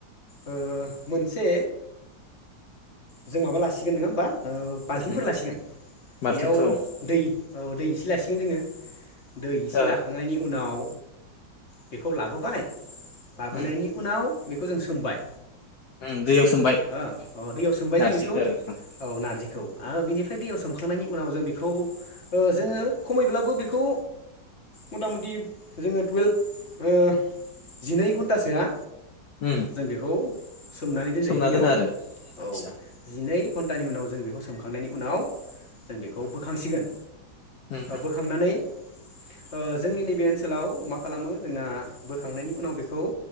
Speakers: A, on the left (about 40°); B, on the left (about 65°).
A: ओ मोनसे जों माबा लासिगोन नङा होनबा। ओ बाल्थिंफोर
B: उम
A: लासिगोन
B: बाल्थिंफोराव
A: बेयाव दै औ दै इसे लासिगोन जोङो। दै इसे
B: ओ
A: लाखांनायनि उनाव बेखौ लाबोबाय लाबोनायनि
B: उम
A: उनाव बेखौ जों सोमबाय।
B: उम दैयाव सोमबाय
A: हो औ दैयाव सोमबाय
B: नारजिखौ
A: जों बेखौ
B: आरो
A: औ नारजिखौ
B: उम
A: आरो बिनि बेनोफ्राइ दैयाव सोमखांनायनि उनाव जों बेखौ जोङो खमैब्लाबो बेखौ मथा मथि जोङो टुयेल्भ ओ जिनै घन्टासोआ
B: उम
A: जों बेखौ सोमनानै दोनजायो
B: सोमना
A: दैयाव
B: दोनो आरो आदसा
A: औ जिनै एक घन्टानि उनाव जों बेखौ सोमखांनायनि उनाव जों बेखौ
B: उम
A: बोखांसिगोन
B: उम
A: बोखांनानै ओ जोंनि नैबे ओनसोलाव मा खालामो जोंना बोखांनायनि उनाव बेखौ।